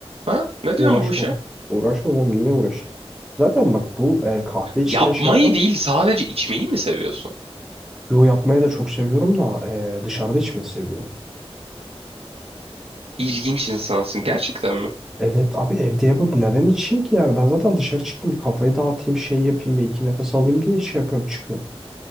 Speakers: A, on the right; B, in the centre.
A: Ha? Ne
B: Uğraşmam.
A: diyorsun bu işe?
B: Uğraşmam oğlum niye uğraşayım? Zaten bak bu e, kahve içme
A: Yapmayı
B: şey yapmam.
A: değil sadece içmeyi mi seviyorsun?
B: Yo yapmayı da çok seviyorum da e, dışarıda içmeyi seviyorum.
A: İlginç insansın. Gerçekten mi?
B: Evet abi evde yapıp neden içeyim ki yani ben zaten dışarı çıkayım bir kafayı dağıtayım şey yapayım bir iki nefes alayım diye şey yapıyorum çıkıyorum.